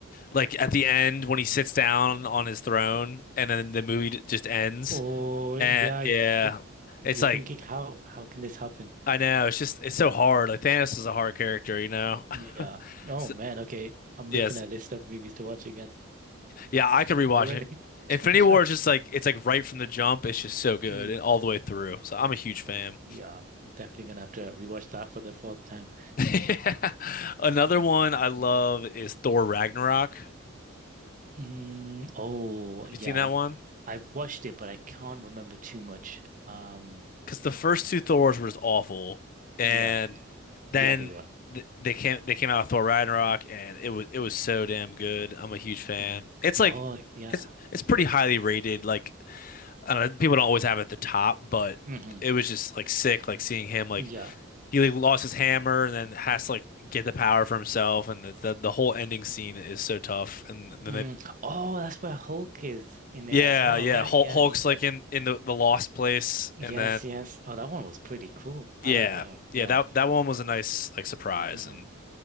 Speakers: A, on the left (about 40°); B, on the right (about 40°).
A: like at the end when he sits down on his throne and then the movie d- just ends
B: Oh, yeah.
A: and yeah,
B: You,
A: it's
B: you're
A: like
B: thinking how how can this happen?
A: I know it's just it's
B: Mm,
A: so hard. Like Thanos is a hard character, you know.
B: yeah.
A: <laughs>
B: Oh
A: So-
B: man. Okay, I'm
A: yes,
B: making a list of movies to watch again
A: yeah, I could rewatch
B: already.
A: it. Infinity
B: <laughs>
A: War is just like it's like right from the jump. It's just so good
B: Mm,
A: and all the way through. So I'm a huge fan.
B: yeah, definitely gonna have to rewatch that for the fourth time.
A: Uh, <laughs> Another
B: Mm.
A: one I love is Thor Ragnarok. Have
B: Mm, oh, yeah.
A: you seen that one?
B: I've watched it, but I can't remember too much. Um,
A: because the first two Thors were just awful, and
B: yeah, And
A: then
B: yeah, they were.
A: th they came they came out of Thor Ragnarok, and it was it was so damn good. I'm a huge fan.
B: Mm. it's
A: It's
B: Oh,
A: like
B: like, yeah.
A: it's it's pretty highly rated. Like I don't know, people don't always have it at the top, but
B: hmm
A: it was just like sick. Like seeing him like
B: Yeah.
A: he like lost his hammer and then has to like get the power for himself, and the the, the whole ending scene is so tough. And then
B: Mm.
A: they,
B: Oh, that's where Hulk is in
A: yeah
B: it as well,
A: yeah
B: yeah, right?
A: Hulk,
B: Yeah,
A: Hulk's
B: yeah, and he fights.
A: like in in the the lost place,
B: Yes,
A: and then.
B: yes. Oh, that one was pretty cool. I
A: Yeah.
B: like that yeah. one. Yeah.
A: Yeah, that that one was a nice like surprise
B: Mm.
A: and